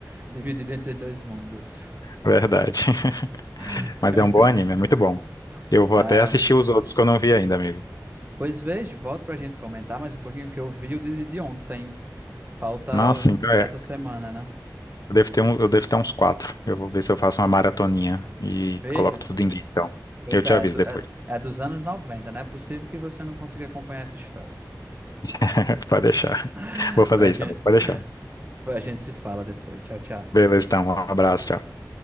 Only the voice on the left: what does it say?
verdade. <laughs>
Mas é um bom anime, é muito bom. Eu vou
até assistir os outros que eu não vi ainda, amigo.
Nossa, então
é.
Eu devo ter um, eu devo ter uns quatro. Eu vou ver se eu faço uma maratoninha e
coloco tudo em dia. Então,
eu te
aviso
depois.
<laughs> Pode deixar.
Vou fazer
isso,
amigo. Pode deixar.
Beleza, então. Um abraço, tchau.